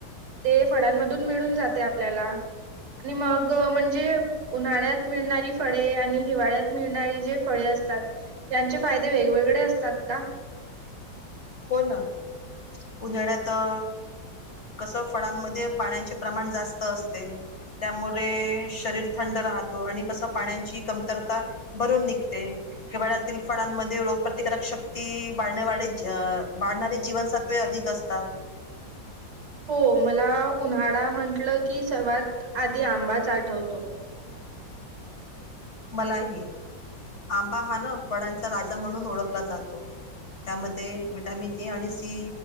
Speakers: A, on the right; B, on the left.
A: ते फळांमधून मिळून जाते आपल्याला. आणि मग म्हणजे उन्हाळ्यात मिळणारी फळे आणि. हिवाळ्यात मिळणारी जे फळे असतात त्यांचे फायदे वेगवेगळे असतात का?
B: हो ना उन्हाळ्यात अ कस फळांमध्ये पाण्याचे प्रमाण जास्त असते. त्यामुळे शरीर थंड राहतो आणि कसं पाण्याची कमतरता भरून निघते हिवाळ्यातील फळांमध्ये रोगप्रतिकारक शक्ती वाढण्या वाढ जी अ वाढणारी जीवनसत्वे अधिक असतात.
A: हो मला उन्हाळा म्हटलं की सर्वात आधी आंबाच आठवतो.
B: मलाही आंबा हा न फळांचा राजा म्हणून ओळखला जातो. त्यामध्ये विटॅमिन ए आणि सी